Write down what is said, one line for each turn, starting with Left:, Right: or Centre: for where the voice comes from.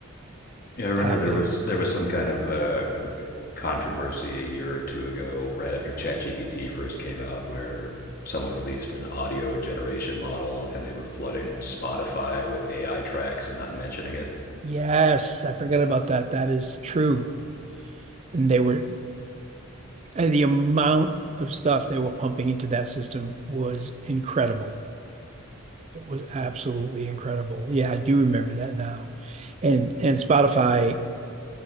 Left: Yeah, I remember
Right: happening.
Left: there was there was some kind of uh, controversy a year or two ago, right after ChatGPT first came out, where someone released an audio generation model and they were flooding Spotify with AI tracks and not mentioning it.
Right: Yes, I forgot about that. That is true. and They were And the amount of stuff they were pumping into that system was incredible. It was absolutely incredible. Yeah, I do remember that now. And and Spotify